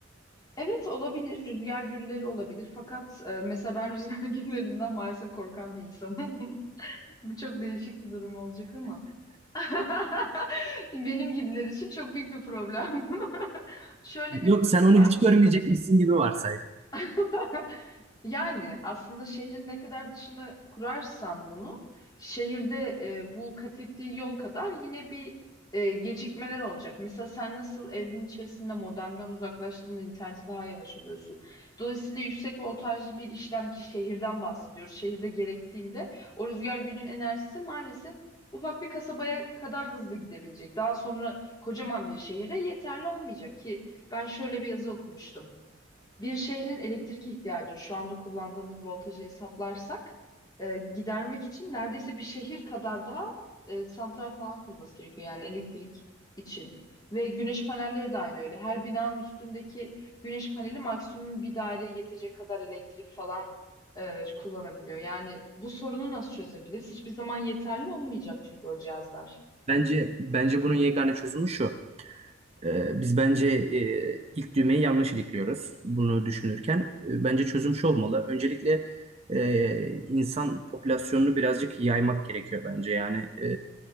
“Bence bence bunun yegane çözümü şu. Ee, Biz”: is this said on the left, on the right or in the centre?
Right